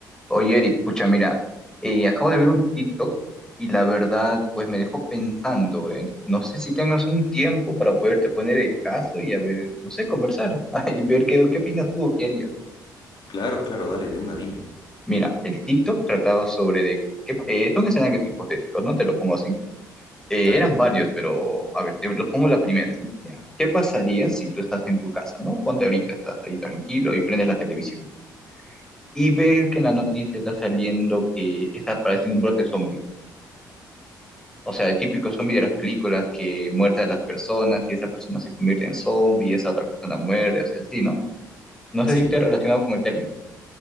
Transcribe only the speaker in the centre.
Oye, Eric, pucha, mira, eh, acabo de ver un TikTok y la verdad, pues me dejó pensando, ¿eh? No sé si tengas un tiempo para poderte poner el caso y a ver, no sé, conversar <laughs> y ver qué, qué opinas tú o qué harías.
Mira, el TikTok trataba sobre de que eh, son escenarios hipotéticos, ¿no? Te lo pongo así. Eh,
eran varios, pero a ver, te lo pongo la primera, ¿sí? Mira, ¿qué pasaría si tú estás en tu casa, ¿no? Ponte ahorita, estás ahí tranquilo y prendes la televisión y ves que en la noticia está saliendo que está apareciendo un brote zombie. O sea, el típico zombie de las películas que muerde a las personas y esa persona se convierte en zombie y esa otra persona muere, o sea, así, ¿no? No sé
si esté relacionado con el término.